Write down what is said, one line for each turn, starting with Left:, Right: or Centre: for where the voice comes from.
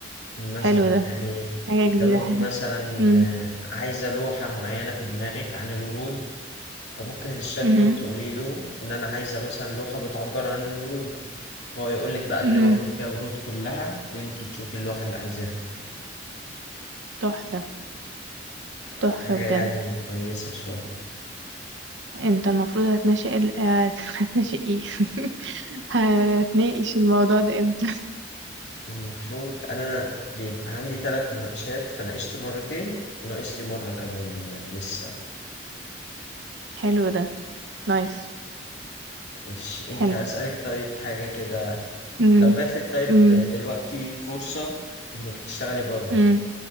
Left: مثلا
Right: حلو ده
Left: يعني
Right: حاجة جديدة
Left: لو انت
Right: حلوة
Left: مثلا
Right: امم
Left: آه، عايزة لوحة معينة في دماغك عن الورود فممكن للشات
Right: امم
Left: بوت تقولي له ان انا عايزة مثلا لوحة بتعبر عن الورود هو يقول لك بقى اللوحة
Right: امم
Left: اللي فيها ورود كلها وانت تشوفي اللوحة اللي عايزاها
Right: تحفة
Left: آه،
Right: تحفة
Left: حاجة
Right: بجد
Left: يعني كويسة شوية
Right: انت المفروض هتناقش ال... هت- <laughs> هتناقش ايه <laughs> هتناقش الموضوع ده امتى
Left: المفروض انا بيبقى عندي ثلاث مناقشات فناقشت مرتين وناقش لي مرة كمان لسه
Right: <laughs> حلو ده نايس
Left: إيش انت
Right: حلو
Left: هسألك طيب حاجة كده
Right: امم
Left: لو جاتلك طيب
Right: امم
Left: دلوقتي فرصة انك تشتغلي بره
Right: امم